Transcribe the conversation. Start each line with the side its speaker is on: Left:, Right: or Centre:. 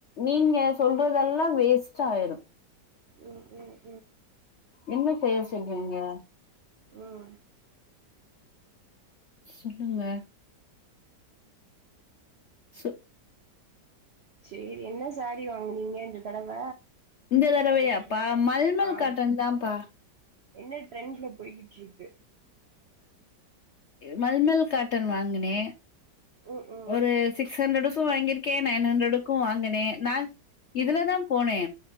Left: நீங்க சொல்றதெல்லா வேஸ்ட்டாயிரு
Right: உம் உம்
Left: என்ன செல்ஸ் செய்கக
Right: ம்
Left: சொல்லுங்க சு
Right: சேரி என்ன சாரி வாங்னீங்க இந்த தடவ
Left: இந்த தடவையாப்பா
Right: எ
Left: மல்மல்
Right: ஆமா
Left: காட்டன்தாம்ப்பா
Right: என்ன ட்ரெண்ட்ல போய்கிட்ருக்கு
Left: மல்மல் காட்டன் வாங்குனே
Right: ம் ம்
Left: ஒரு சிக்ஸ் ஹண்ரடு க்கு வாங்கிருக்கே நைன் ஹண்ட்ரடுக்கு வாங் னே நா இதுலதா
Right: ம்
Left: போனே